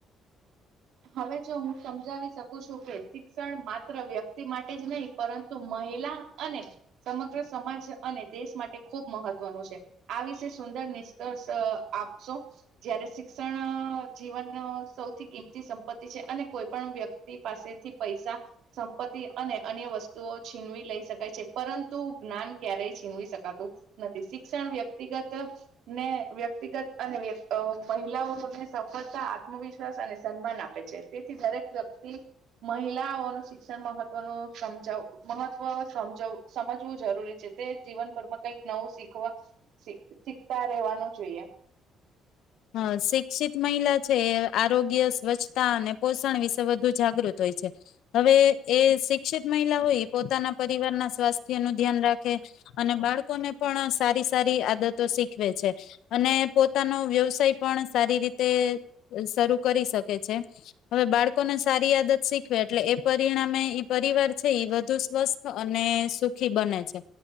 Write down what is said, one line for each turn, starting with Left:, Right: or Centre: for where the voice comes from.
Right: હવે જો હું સમજાવી શક. છું કે શિક્ષણ માત્ર. વ્યક્તિ માટે જ નહીં પરંતુ મહિલા અને સમગ્ર સમાજ અને દેશ માટે ખૂબ મહત્વનું છે. આ વિષ સુંદર નિષ્કર્ષ આપશો. જયારે શિક્ષણ જીવન સૌથી કિં. સંપત્તિ છે. અને કોઈ પણ વ્યક્તિ પાસેથી પૈસા સંપત્તિ અને અન્ય વસ્તુઓ છીનવી લઈ શકાય છે. પરંતુ જ્ઞાન ક્યારેય છીનવી શકાતું નથી. શિક્ષણ વ્યક્તિગત ને વ્યક્તિગત અને વ્યક્. મહિલાઓને સફળતા આત્મવિશ્વાસ અને. સન્માન આપે છે. તેથી દરેક વ્યક્તિ મહિલાઓનું શિક્ષણ મહત્વનું સમજાવ મહત્વ સમ સમજવું જરૂરી છે. તે જીવનભરમાં કઈક નવું શીખવા શીખતા રહેેવાનું જોઈએ.
Left: હ શિક્ષિત મહિલા છે એ આરોગ્ય સ્વચ્છતા અને પોષણ વિશે વધુ જાગૃત હોય છે. હવે એ શિક્ષિત મહિલા હોય પોતાના પરિવારના સ્વાસ્થ્યનું. ધ્યાન રાખે અને બાળકો. ને પણ સારી સારી આદતો શીખવે છે. અને પોતાનો વ્યવ પણ સારી રીતે શરૂ કરી શકે છે. હવે બાળકોને સારી આદત શીખવે એટલે એ પરિણામે પરિવાર છે. વધુ સ્વસ્થ અને સુખી બને છે.